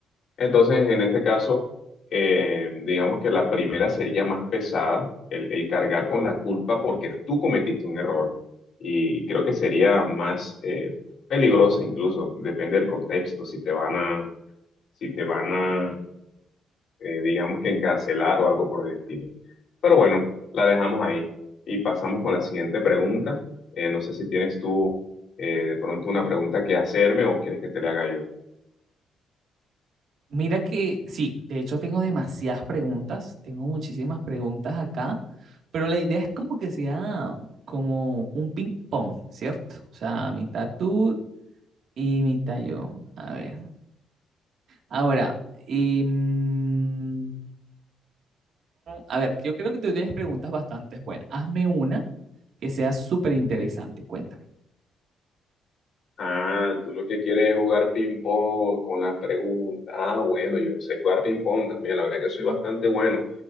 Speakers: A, on the left; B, on the right.
A: Entonces, en este caso, eh, digamos que la primera sería más pesada, el, el cargar con la culpa porque tú cometiste un error y creo que sería más eh, peligrosa incluso, depende del contexto, si te van a, si te van a, eh, digamos que encarcelar o algo por el estilo. Pero bueno, la dejamos ahí y pasamos con la siguiente pregunta. Eh, no sé si tienes tú eh, de pronto una pregunta que hacerme o quieres que te la haga yo.
B: Mira que sí, de hecho tengo demasiadas preguntas, tengo muchísimas preguntas acá, pero la idea es como que sea como un ping pong, ¿cierto? O sea, mitad tú y mitad yo. A ver, Ahora, y, mm, a ver, yo creo que tú tienes preguntas bastante buenas. Hazme una que sea súper interesante, cuéntame.
A: Ah, tú lo que quieres es jugar ping-pong con las preguntas. Ah, bueno, yo sé jugar ping-pong también, la verdad que soy bastante bueno.